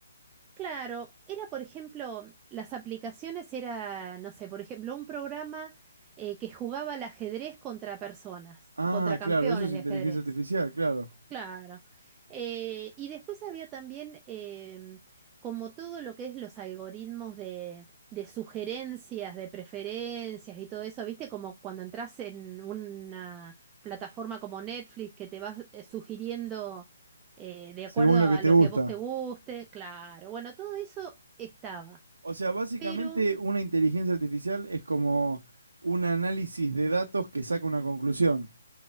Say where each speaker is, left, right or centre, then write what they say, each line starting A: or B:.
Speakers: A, on the right (about 20°); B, on the right (about 80°).
A: claro, era, por ejemplo, las aplicaciones era, no sé, por ejemplo, un programa eh, que jugaba al ajedrez contra personas,
B: Ah,
A: contra campeones
B: claro, eso es
A: de
B: inteligencia
A: ajedrez.
B: artificial, claro.
A: Claro. Eh, y después había también em, como todo lo que es los algoritmos de, de sugerencias, de preferencias y todo eso, ¿viste? Como cuando entras en una plataforma como Netflix que te vas eh, sugiriendo eh, de
B: Según
A: acuerdo
B: lo
A: a
B: que te
A: lo
B: gusta.
A: que a vos te guste, claro. Bueno, todo eso estaba.
B: O sea, básicamente
A: Pero,
B: una inteligencia artificial es como un análisis de datos que saca una conclusión,